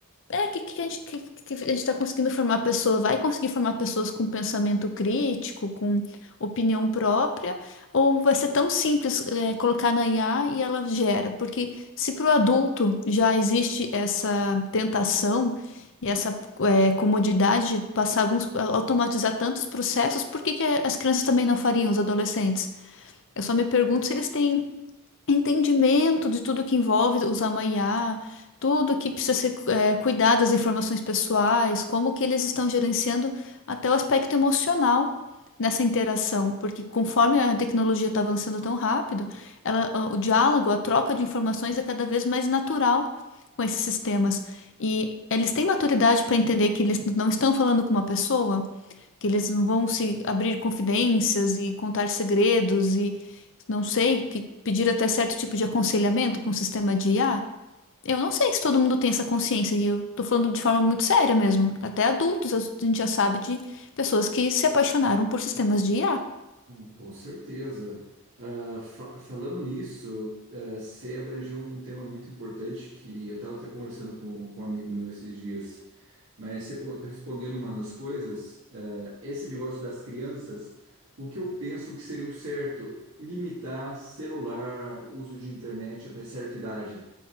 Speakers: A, on the left; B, on the right.
A: É, que, que a gente, que, que a gente tá conseguindo formar pessoas, vai conseguir formar pessoas com pensamento crítico, com opinião própria, ou vai ser tão simples, é, colocar na IA e ela gera? Porque se para o adulto já existe essa tentação e essa, é, comodidade de passar alguns, automatizar tantos processos, por que que as crianças também não fariam, os adolescentes? Eu só me pergunto se eles têm entendimento de tudo que envolve usar uma IA, tudo que precisa ser eh, cuidado das informações pessoais, como que eles estão gerenciando até o aspecto emocional nessa interação, porque conforme a tecnologia está avançando tão rápido, ela, o diálogo, a troca de informações é cada vez mais natural com esses sistemas. E eles têm maturidade para entender que eles não estão falando com uma pessoa que eles não vão se abrir confidências e contar segredos e não sei, que pedir até certo tipo de aconselhamento para um sistema de IA. Eu não sei se todo mundo tem essa consciência e eu tô falando de forma muito séria mesmo. Até adultos a gente já sabe de pessoas que se apaixonaram por sistemas de IA.
B: Ah, Com certeza. Ah, fa- falando nisso, ah, você abrangeu um tema muito importante que eu estava até conversando com, com um amigo meu esses dias. Mas você po- respondendo uma das coisas, eh, esse negócio das crianças, o que eu penso que seria o certo? Limitar celular, uso de internet até certa idade.